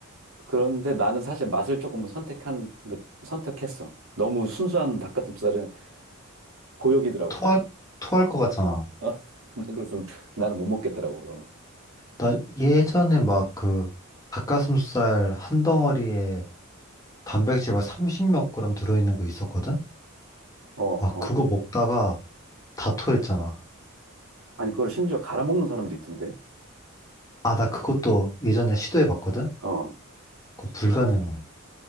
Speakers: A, on the right; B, on the left.
A: 그런데 나는 사실 맛을 조금 선택하는 그 선택했어. 너무 순수한 닭가슴살은 고역이더라고.
B: 토할, 토할 것 같잖아.
A: 어, <laughs> 그래서 나는 못 먹겠더라고 그런 거.
B: 나 예전에 막 그 닭가슴살 한 덩어리에 단백질 막 30몇 그램 들어있는 거 있었거든?
A: 어,
B: 아, 그거
A: 어.
B: 먹다가 다 토했잖아.
A: 아니 그걸 심지어 갈아 먹는 사람도 있던데.
B: 아, 나 그것도 예전에 시도해봤거든?
A: 어.
B: 그거 불가능해.